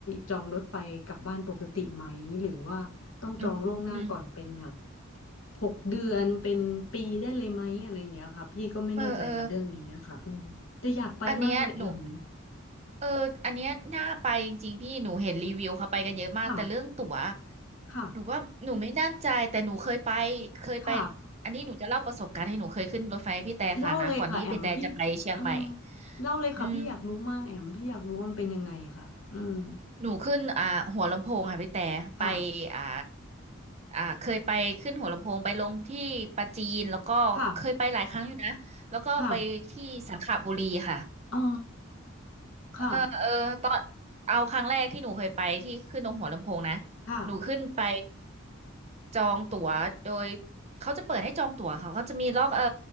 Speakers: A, on the left; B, on the right.
A: จองรถไฟกลับบ้านปกติไหมหรือว่าต้องจองล่วงหน้าก่อนเป็นแบบ
B: อืมอืม
A: หกเดือนเป็นปีได้เลยไหมอะไรเงี้ยค่ะพี่ก็ไม่แน่ใจกับเรื่องนี้อะค่ะอืมแต่อยากไปมากเลยแอม
B: เออเอออันเนี้ยหนูเอออันเนี้ยน่าไปจริงๆพี่หนูเห็นรีวิวเขาไปกันเยอะมากแต่เรื่องตั๋ว
A: ค่ะค่ะ
B: หนูว่าหนูไม่แน่ใจแต่หนูเคยไปเคยไป
A: ค่ะ
B: อันนี้หนูจะเล่าประสบการณ์ให้หนูเคยขึ้นรถไฟให้พี่แต่ฟังนะก่อนที่พี่แต่จะไปเชียงใหม่
A: เล่าเลยค่ะแอมพี่เออเล่าเลยค่ะพี่อยากรู้มากแอมพี่อยากรู้ว่ามันเป็นยังไงค่ะอืม
B: อืม หนูขึ้นอ่าหัวลำโพงค่ะพี่แต่ไป
A: ค่ะ
B: อ่าอ่าเคยไปขึ้นหัวลำโพงไปลงที่ปราจีนแล้วก็เคยไปหลายครั้งอยู่นะแล้วก็ไปที่สังขบุรีค่ะ
A: ค่ะ ค่ะอ๋อค่ะ
B: เออเออตอนเอาครั้งแรกที่หนูเคยไปที่ขึ้นตรงหัวลำโพงนะ
A: ค่ะ
B: หนูขึ้นไปจองตั๋วโดยเขาจะเปิดให้จองตั๋วเขาก็จะมีล็อกเออ